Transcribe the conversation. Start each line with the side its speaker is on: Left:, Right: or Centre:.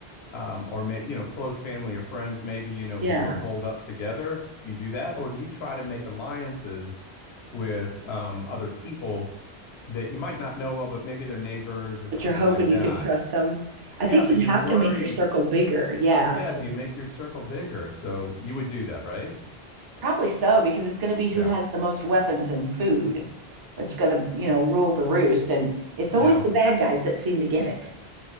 Left: um, or may, you know, close family or friends, maybe, you know,
Right: Yeah.
Left: who are holed up together? Do you do that? Or do you try to make alliances with um, other people that you might not know well, but maybe they're neighbors or something
Right: But you're hoping
Left: like
Right: you
Left: that?
Right: can trust them.
Left: Yeah,
Right: I think
Left: but
Right: you'd
Left: you're
Right: have
Left: worried.
Right: to make your circle bigger. Yeah.
Left: Yeah,
Right: To,
Left: do you make your circle bigger? So you would do that, right?
Right: probably so, because it's going to be who
Left: Yeah.
Right: has the most weapons and food that's going to, you know, rule the roost. And it's always
Left: Yeah.
Right: the bad guys that seem to get it,